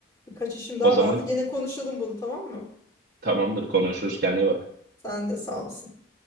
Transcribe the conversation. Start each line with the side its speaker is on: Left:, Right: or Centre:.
Left: Birkaç işim
Right: O
Left: daha
Right: zaman
Left: vardı. Gene konuşalım bunu tamam mı?
Right: tamamdır konuşuruz kendine iyi bak.
Left: Sen de sağ olasın.